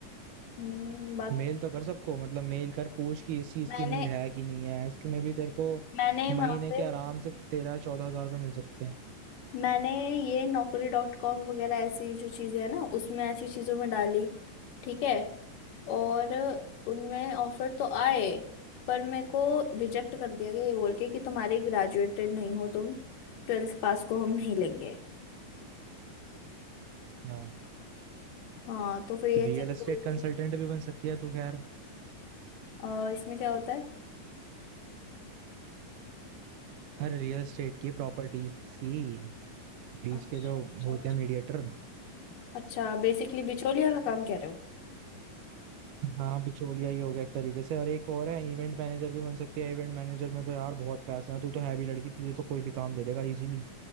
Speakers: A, on the left (about 75°); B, on the right (about 80°).
A: हम्म बात
B: मेल तो कर सबको मतलब मेल कर पूछ कि इस चीज
A: मैंने
B: की नीड है कि नहीं है इसमें भी तेरे को
A: मैंने वहां
B: महीने
A: पे
B: के आराम से तेरह चौदह हजार रुपये मिल सकते हैं
A: मैंने ये नौकरी डॉट कॉम वगैरह ऐसी जो चीजें है ना उसमें ऐसी चीजों में डाली ठीक है और उनमें ऑफर तो आए पर मेरे को रिजेक्ट कर दिया गया ये बोल के कि तुम्हारे ग्रेजुएटेड नहीं हो तुम ट्वेल्थ पास को हम नहीं लेंगे
B: हाँ
A: हाँ तो फिर ये
B: रियल
A: चीज
B: एस्टेट
A: बोल के
B: कंसल्टेंट भी बन सकती है तो खैर
A: अ, इसमें क्या होता है
B: हर रियल एस्टेट की प्रॉपर्टीज की बीच
A: अच्छा
B: के जो
A: अच्छा
B: होते
A: अच्छा
B: हैं मीडिएटर
A: अच्छा बेसिकली बिचौलिया का काम कह रहे हो
B: हाँ बिचौलिया ही हो गया एक तरीके से और एक और है इवेंट मैनेजर भी बन सकती है इवेंट मैनेजर में तो यार बहुत पैसा है तू तो है भी लड़की तुझे तो कोई भी काम दे देगा इजीली